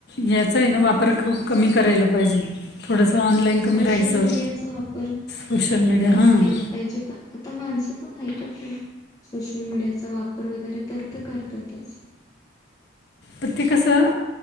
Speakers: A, on the left; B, on the left.
A: याचा आहे ना वापर खूप कमी करायला पाहिजे थोडस ऑनलाईन
B: सोशल
A: कमी राहायचं
B: मीडियाचा वापर
A: सोशल मीडिया
B: कमी
A: हां
B: केला पाहिजे पण <unintelligible> माणसं कोण ऐकत नाही सोशल मीडियाचा वापर वगैरे तर तर करतातच <unintelligible>
A: प ते कसं